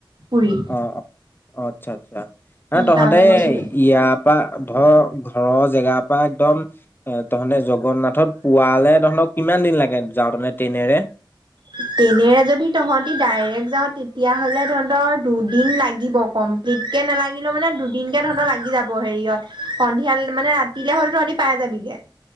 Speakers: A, on the right; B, on the left.
A: পুৰি
B: অ অ', অ, আচ্ছা, আচ্ছা, ন তহঁতে
A: তালৈ গৈছোগে।
B: ইয়াত পৰা ধৰ ঘৰৰ জেগাৰ পৰা একদম এ', তহতে জগন্নাথত পোৱালে তহনক কিমান দিন লাগে, যাওঁ তে ট্ৰেইনেৰে
A: ট্ৰেইনেৰে যদি তহঁতি ডাইৰেক্ট যাওঁ, তেতিয়াহ'লে তহঁতৰ দুদিন লাগিব কম বিতকে নালাগিলেও মানে দুদিনকে ধৰণৰ লাগি যাব। হেৰিয়ত সন্ধিয়া মানে ৰাতিলে হ'লে ৰাতি পাই যাবিগে।